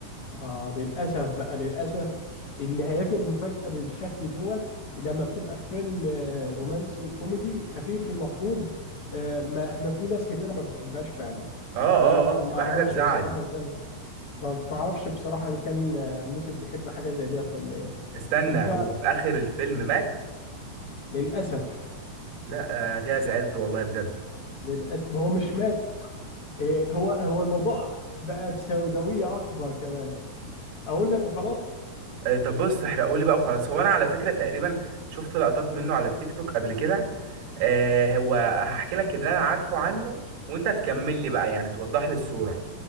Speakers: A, on the left; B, on the right.
A: آه للأسف بقى للأسف النهايات المفاجئة بالشكل دوت لما بتبقى في فيلم آه، رومانسي كوميدي خفيف المفروض آه، ما ما في ناس كتيرة ما بتحبهاش فعلا
B: اه اه
A: فما
B: اه بتبقى
A: اعرفش
B: حاجة تزعل
A: بصراحة ان كان ما ما اعرفش بصراحة ان كان آه، ممكن تحب حاجة زي ديت ولا ايه
B: استنى
A: انت
B: هو في اخر الفيلم مات
A: للأسف
B: لا آه، انا كده زعلت والله بجد
A: للأسف هو مش مات آه، هو هو الموضوع بقى بسوداوية اكبر كمان اقول لك وخلاص
B: آه، طب بص احرقهولي بقى وخلاص هو انا على فكره تقريبا شفت لقطات منه على التيك توك قبل كده آه، هو هحكي لك اللي انا عارفه عنه وانت تكمل لي بقى يعني توضح لي الصوره